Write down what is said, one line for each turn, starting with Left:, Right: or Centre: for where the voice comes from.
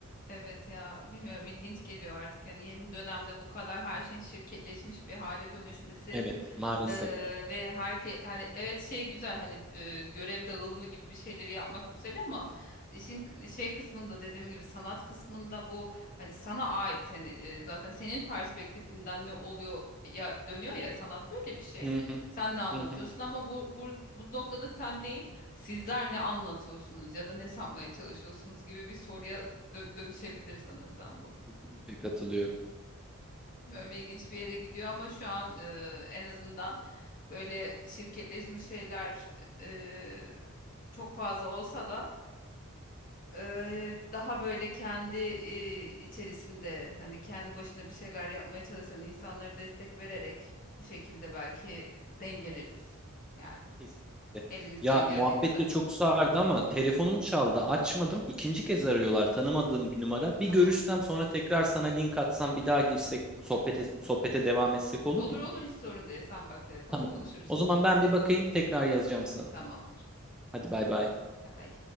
Left: Evet ya bilmiyorum ilginç geliyor artık hani yeni dönemde bu kadar her şeyin şirketleşmiş bir hale dönüşmesi
Centre: Evet, maalesef.
Left: eee, ve herke hani evet şey güzel hani eee, görev dağılımı gibi bir şeyleri yapmak güzel ama işin k- şey kısmında dediğim gibi sanat kısmında bu hani sana ait hani eee, zaten senin perspektifinden ne oluyor ya dönüyor ya sanat böyle bir şey
Centre: Hı hı,
Left: sen ne anlatıyorsun
Centre: hı hı.
Left: ama bu bu, bu noktada sen değil sizler ne anlatıyorsunuz ya da ne satmaya çalışıyorsunuz gibi bir soruya dö- dönüşebilir sanırsam bu.
Centre: Kesinlikle katılıyorum.
Left: Bilmiyorum ilginç bir yere gidiyor ama şu an e, en azından böyle şirketleşmiş şeyler e, çok fazla olsa da e, daha böyle kendi e, içerisinde hani kendi başına bir şeyler yapmaya çalışan insanları destek vererek bu şekilde belki dengeleriz. Yani
Centre: Kesinlikle.
Left: elimizden
Centre: Ya
Left: geldiği
Centre: muhabbet
Left: kadar.
Centre: de çok sardı ama telefonum çaldı. Açmadım. İkinci kez arıyorlar. Tanımadığım bir numara. Bir
Left: Tamam.
Centre: görüşsem sonra tekrar sana link atsam bir daha girsek sohbete, sohbete devam etsek olur
Left: Olur
Centre: mu?
Left: olur hiç sorun değil. Sen bak telefonu
Centre: Tamam.
Left: konuşuruz.
Centre: O zaman ben bir bakayım tekrar yazacağım sana.
Left: Tamamdır.
Centre: Hadi bay bay.
Left: Bye bye.